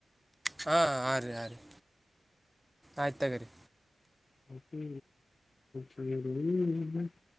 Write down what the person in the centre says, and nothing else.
ಹಾ ಹಾ ರೀ ಆ ರೀ ಆಯ್ತು ತಗರಿ